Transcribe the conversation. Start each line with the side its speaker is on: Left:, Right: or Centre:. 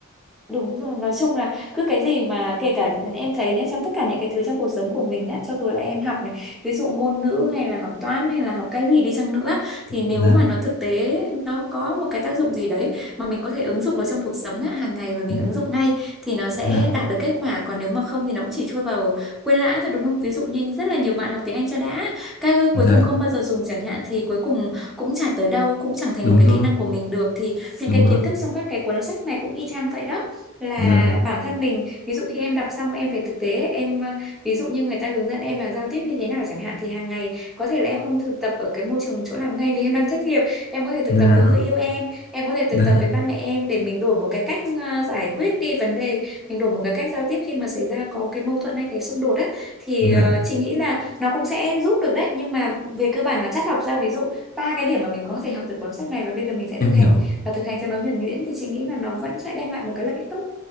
Centre: Đúng rồi, nói chung là cứ cái gì mà kể cả em thấy nhá, trong tất cả những cái thứ trong cuộc sống của mình á, cho dù là em học này, ví dụ ngôn ngữ hay là học toán hay là học cái gì đi chăng nữa, thì nếu
Left: dạ
Centre: mà nó thực tế, nó có một cái tác dụng gì đấy mà mình có thể ứng dụng được trong cuộc sống á, hàng ngày và mình
Left: ừ,
Centre: ứng dụng ngay thì nó sẽ
Left: dạ
Centre: đạt được kết quả, còn nếu mà không thì nó cũng chỉ trôi vào quên lãng thôi đúng không? Ví dụ như rất là nhiều bạn học tiếng Anh cho đã, cái
Left: dạ
Centre: cuối cùng không bao giờ dùng chẳng hạn thì cuối cùng cũng chả tới đâu, cũng chẳng thành
Left: đúng
Centre: một cái
Left: rồi
Centre: kỹ năng của mình được thì những
Left: đúng
Centre: cái
Left: rồi
Centre: kiến thức trong các cái cuốn sách này cũng y chang vậy đó là
Left: dạ
Centre: bản thân mình ví dụ khi em đọc xong em về thực tế em ờ, ví dụ như người ta hướng dẫn em là giao tiếp như thế nào chẳng hạn thì hàng ngày có thể là em không thực tập ở cái môi trường chỗ làm ngay vì em đang thất nghiệp em có thể thực
Left: dạ
Centre: tập với người yêu em em có thể thực
Left: dạ
Centre: tập với ba mẹ em để mình đổi một cái cách ờ, giải quyết đi vấn đề mình đổi một cái cách giao tiếp khi mà xảy ra có cái mâu thuẫn hay cái xung đột á thì
Left: dạ
Centre: ờ, chị nghĩ là nó cũng sẽ giúp được đấy nhưng mà về cơ bản là chắt lọc ra ví dụ ba cái điểm mà mình có thể học từ cuốn sách này và bây giờ mình sẽ
Left: em
Centre: thực
Left: hiểu
Centre: hành và thực hành cho nó nhuần nhuyễn thì chị nghĩ là nó vẫn sẽ đem lại một cái lợi ích tốt